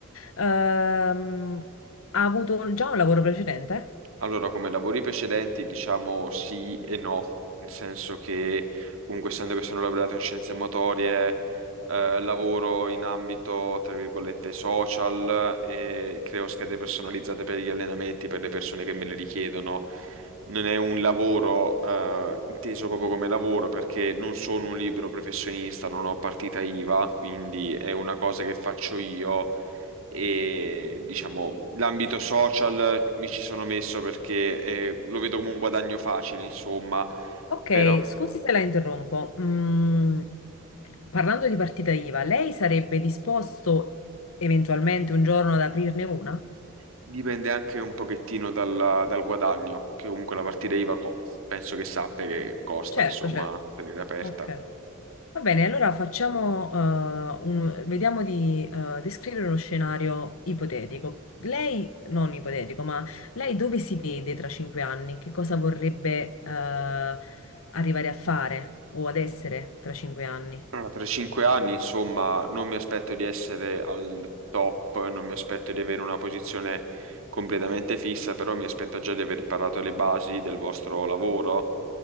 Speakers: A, on the left; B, on the right.
A: Ehm, ha avuto già un lavoro precedente?
B: Allora, come lavori precedenti, diciamo sì e no, nel senso che comunque essendo che sono laureato in scienze motorie, eh, lavoro in ambito, tra virgolette, social e creo schede personalizzate per gli allenamenti per le persone che me le richiedono. Non è un lavoro, eh, inteso proprio come lavoro perché non sono un libero professionista, non ho partita IVA, quindi è una cosa che faccio io e diciamo l'ambito social mi ci sono messo perché eh, lo vedo come un guadagno facile, insomma,
A: Ok,
B: però
A: scusi se la interrompo. Mm, parlando di partita IVA, lei sarebbe disposto eventualmente un giorno ad aprirne una?
B: dipende anche un pochettino dal, dal guadagno, che comunque la partita IVA co- penso che sappia che costa,
A: Certo,
B: insomma,
A: certo.
B: tenere aperta.
A: Ok. Va bene, allora facciamo, eh, un- vediamo di eh, descrivere uno scenario ipotetico. Lei, non ipotetico, ma lei dove si vede tra cinque anni? Che cosa vorrebbe eh, arrivare a fare o ad essere tra cinque anni?
B: Allora, tra i cinque anni, insomma, non mi aspetto di essere al top, non mi aspetto di avere una posizione completamente fissa, però mi aspetto già di aver imparato le basi del vostro lavoro